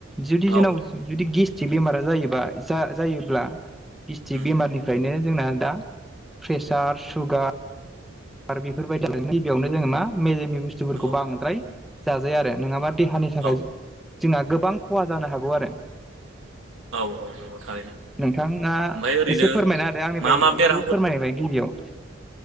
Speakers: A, in the centre; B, on the right.
A: जुदि
B: औ
A: जोंनाव जुदि गेस्ट्रिक बेमारा जायोबा जा-जायोब्ला
B: उम
A: गिस्टक
B: उम
A: बेमारनिफ्रायनो जोंना दा प्रेसार सुगार बेफोरबायदि गिबियावनो जोङो मा मेजेमि बुस्थुफोरखौ
B: औ
A: बांद्राय जाजाया आरो नङाबा देहानि थाखाय
B: औ
A: जोंहा गोबां खहा जानो हागौ आरो।
B: औ औ नंगौ थारैनो।
A: नोंथाङा
B: ओमफ्राय ओरैनो
A: एसे फोरमायना होदो आंनिफ्राय
B: मा मा बेरामफोर
A: बेखौ फोरमायबाय गिबियाव।